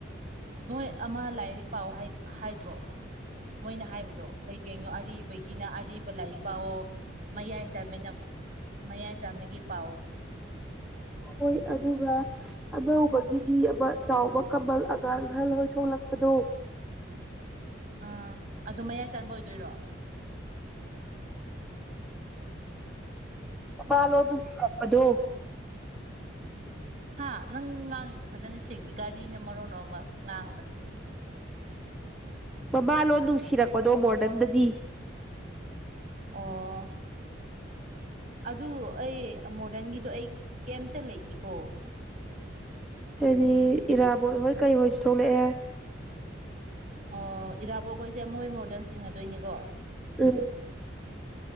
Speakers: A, on the right (about 40°); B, in the centre.
A: ꯃꯣꯏ ꯑꯃ ꯂꯥꯏꯔꯤꯛ ꯄꯥꯎ ꯍꯥꯢ ꯍꯥꯏꯗ꯭ꯔꯣ ꯃꯣꯏꯅ ꯍꯥꯏꯕꯗꯣ ꯀꯩ ꯀꯩꯅꯣ ꯑꯔꯤꯕꯒꯤꯅ ꯑꯔꯤꯕ ꯂꯥꯏꯔꯤꯛ ꯄꯥꯛꯑꯣ ꯃꯌꯥꯏ ꯆꯥꯃꯤꯅ ꯃꯌꯥꯏ ꯆꯥꯃꯤꯒꯤ ꯄꯥꯎꯕꯗꯣ
B: ꯍꯣꯏ ꯑꯗꯨꯒ ꯑꯅꯧꯕꯒꯤꯗꯤ ꯑꯃ ꯆꯥꯎꯕ ꯀꯃꯜ ꯑꯉꯥꯡ ꯑꯍꯜ ꯍꯣꯏ ꯁꯣꯛꯂꯛꯄꯗꯣ
A: ꯑ ꯑꯗꯨ ꯃꯌꯥꯏ ꯆꯟꯕ ꯑꯣꯏꯗꯣꯏꯔꯣ
B: ꯃꯥꯃꯂꯣ ꯅꯨꯡꯁꯤꯔꯛꯄꯗꯣ
A: ꯍꯥ ꯅꯪ ꯉꯥꯡꯉꯤꯗꯣ ꯐꯖꯅ ꯁꯦꯡꯗꯦ ꯒꯥꯔꯤꯅ ꯃꯔꯣꯟ ꯃꯔ ꯑꯃ ꯉꯥꯡꯕꯅꯦ
B: ꯃꯃꯥꯂꯣꯟ ꯅꯨꯡꯁꯤꯔꯛꯄꯗꯣ ꯃꯣꯗꯔꯟꯗꯗꯤ
A: ꯑꯣ ꯑꯗꯨ ꯑꯩ ꯃꯣꯗꯟꯒꯤꯗꯣ ꯑꯩ ꯀꯦꯝꯇ ꯂꯩꯇꯦ ꯑꯣ
B: ꯗꯤ ꯏꯔꯥꯕꯣꯠ ꯍꯣꯏ ꯀꯩ ꯍꯣꯏꯁꯨ ꯊꯣꯛꯂꯛꯑꯦ
A: ꯑꯣ ꯏꯔꯥꯕꯣꯛꯈꯣꯏꯁꯦ ꯃꯣꯏ ꯃꯣꯔꯗꯟ ꯆꯤꯡꯉꯗꯣꯏꯅꯤꯀꯣ
B: ꯑꯝ